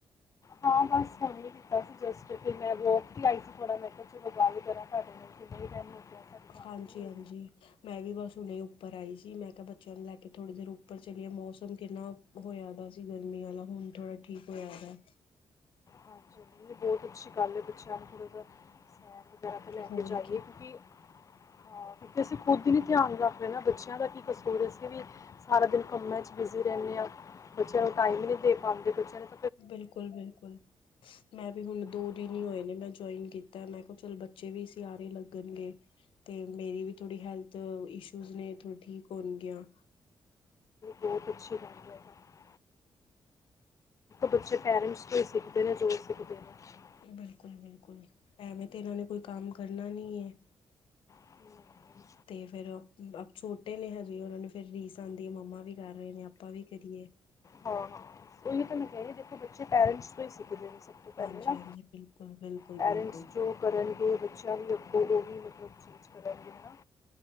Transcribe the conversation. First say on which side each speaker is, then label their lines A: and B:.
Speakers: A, on the left; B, on the left.
A: ਹਾਂ, ਬਸ ਹੁਣ ਹੀ ਕੀਤਾ ਸੀ ਜਸਟ ਤੇ ਮੈਂ ਵੋਕ ਦੀ ਆਈ ਸੀ ਥੋੜਾ, ਮੈਂ ਕਿਹਾ ਗੱਲ ਕਰਾਂ ਤੁਹਾਡੇ ਨਾਲ। ਕਿੰਨਾ ਵੀ ਟਾਈਮ ਲੱਗ ਗਿਆ? ਸਾਡੀ ਗੱਲ
B: ਹਾਂਜੀ-
A: ਹੀ ਨਹੀਂ ਹੋਈ।
B: ਹਾਂਜੀ। ਮੈਂ ਵੀ ਬਸ ਹੁਣੇ ਉੱਪਰ ਆਈ ਸੀ ਮੈਂ ਕਿਹਾ ਬੱਚਿਆਂ ਨੂੰ ਲੈ ਕੇ ਥੋੜ੍ਹੀ ਦੇਰ ਉੱਪਰ ਚਲੀਏ ਮੌਸਮ ਕਿੰਨਾ ਹੋਇਆ ਦਾ ਸੀ ਗਰਮੀ ਵਾਲਾ ਹੁਣ ਥੋੜਾ ਠੀਕ ਹੋਇਆ ਦਾ।
A: ਹਾਂਜੀ, ਬਹੁਤ ਅੱਛੀ ਗੱਲ ਹੈ ਬੱਚਿਆਂ ਨੂੰ ਥੜਾ ਜਹਾ ਜ਼ਿਆਦਾ ਤਾਂ ਲੈ
B: ਹੋਰ
A: ਕੇ ਜਾਈਏ
B: ਕੀ
A: ਕਿਉਂਕਿ ਹਾ, ਉ ਅਸੀਂ ਖੁਦ ਹੀ ਨੀ ਧਿਆਨ ਰੱਖ ਨਾ ਬੱਚਿਆਂ ਦਾ ਕੀ ਕਸੂਰ ਅਸੀ ਵੀ ਸਾਰਾ ਦਿਨ ਕੰਮਾਂ ਚ ਬਿਜ਼ੀ ਰਹਿੰਦੇ ਹਾਂ, ਬੱਚਿਆਂ ਨੂੰ ਟਾਈਮ ਹੀ ਨਹੀਂ ਦੇ ਪਾਉਂਦੇ ਬੱਚਿਆਂ ਨੂੰ
B: ਬਿਲਕੁਲ-ਬਿਲਕੁਲ। ਮੈਂ ਵੀ ਹੁਣ ਦੋ
A: ਹਾਂ,
B: ਦਿਨ ਹੀ ਹੋਏ ਨੇ ਮੈਂ ਜੁਆਇਨ ਕੀਤਾ ਮੈਂ ਕਿਹਾ ਚਲ ਬੱਚੇ ਵੀ ਕਿਸੀ ਆਰੇ ਲੱਗਣਗੇ। ਤੇ ਮੇਰੀ ਵੀ ਥੋੜੀ ਹੈਲਥ ਇਸ਼ੂਜ ਨੇ ਥੋੜੀ ਠੀਕ ਹੋਣਗੀਆਂ।
A: ਬਹੁਤ ਅੱਛੀ ਗੱਲ ਹੈ। ਤਾਂ ਬੱਚੇ ਪੈਰੈਂਟਸ ਤੋਂ ਹੀ ਸਿੱਖਦੇ ਨੇ ਜੋ ਸਿੱਖਦੇ ਨੇ।
B: ਬਿਲਕੁਲ-ਬਿਲਕੁਲ, ਐਵੇਂ ਤੇ ਇਹਨਾਂ ਨੇ ਕੋਈ ਕੰਮ ਕਰਨਾ ਨੀ ਹੈ।
A: <inaudible>
B: ਤੇ ਫੇਿਰ ਛੋਟੇ ਨੇ ਹਜੇ ਉਹਨਾ ਨੂੰ ਫਿਰ ਰੀਸ ਆਉਂਦੀ ਹੈ, ਮੰਮਾ ਵੀ ਕਰ ਰਹੇ ਨੇ ਆਪਾਂ ਵੀ ਕਰੀਏ।
A: ਹਾਂ, ਉਹੀ ਤਾਂ ਮੈਂ ਕਹਰੀ ਦੇਖੋ ਬੱਚੇ ਪੈਰੈਂਟਸ ਤੋਂ ਹੀ ਸਿੱਖਦੇ ਨਹੀਂ। ਪਹਿਲੇ
B: ਹਾਂਜੀ
A: ਨਾ
B: ਹਾਂਜੀ ਬਿਲਕੁਲ ਬਿਲਕੁਲ
A: ਪੈਰੈਂਟਸ
B: ਬਿਲਕੁਲ
A: ਜੋ ਕਰਨਗੇ ਬੱਚਿਆਂ ਵੀ ਆਪੋ ਉਹ ਵੀ ਮਤਲਬ ਚੀਜ਼ ਕਰਨਗੇ ਨਾ,